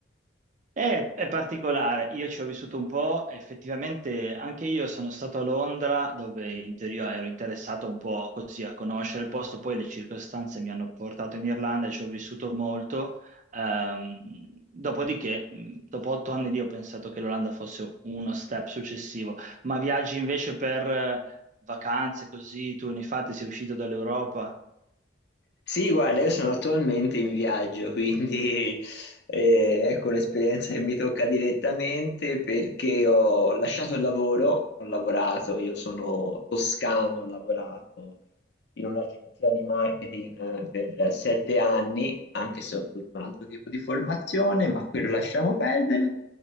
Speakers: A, on the right; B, on the left.
A: È, è particolare, io ci ho vissuto un po', effettivamente anche io sono stato a Londra dove in teoria ero interessato un po' così a conoscere il posto, poi le circostanze mi hanno portato in Irlanda e ci ho vissuto molto. Ehm, dopodiché, mh, dopo otto anni lì ho pensato che l'Olanda fosse uno step successivo, ma viaggi invece per eh, vacanze così, tu ne hai fatti, sei uscito dall'Europa?
B: Sì, guarda, io sono attualmente in viaggio, quindi <laughs> eh,
A: Mm.
B: ecco un'esperienza che mi tocca direttamente perché ho lasciato il lavoro, ho lavorato, io sono toscano, ho lavorato in un'agenzia di marketing eh, per sette anni, anche se ho tutto un altro tipo di formazione, ma quello lasciamo perdere.